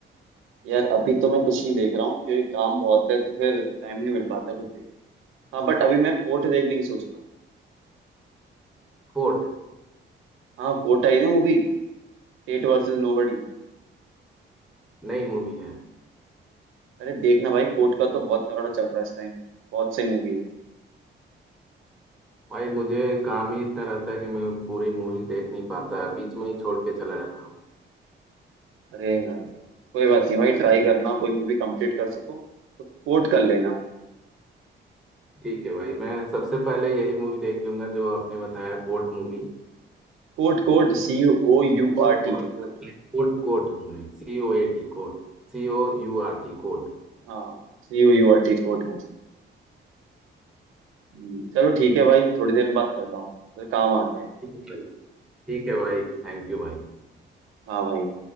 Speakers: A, on the right; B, in the centre.
A: यार अभी तो मैं कुछ नहीं देख रहा हूँ क्योंकि काम बहुत है तो फिर टाइम नहीं मिल पाता फिर देख हाँ बट अभी मैं कोर्ट देखने की सोच रहा हूँ
B: फोर्ट
A: हाँ कोर्ट आई ना मूवी स्टेट वर्सेस नोबडी
B: नई मूवी है
A: अरे देखना भाई कोर्ट का तो बहुत तगड़ा चल रहा है इस टाइम बहुत सही मूवी है
B: भाई मुझे काम ही इतना रहता है कि मैं पूरी मूवी देख नहीं पाता बीच में ही छोड़ के चला जाता हूँ
A: अरे यार कोई बात नहीं भाई ट्राई करना कोई मूवी कंप्लीट कर सको तो कोर्ट कर लेना
B: ठीक है भाई मैं सबसे पहले यही मूवी देख लूंगा जो आपने बताया fort movie
A: Court court सी ओ यू
B: Coat
A: आर टी
B: coat
A: court
B: Coat coat movie सी ओ ए टी कोट सी ओ यू आर टी coat.
A: हाँ सी ओ यू आर टी कोर्ट होगी हम्म, चलो ठीक है भाई थोड़ी देर में बात करता हूँ तो काम आ गया है
B: ठीक है भाई ठीक है भाई थैंक यू भाई
A: हाँ भाई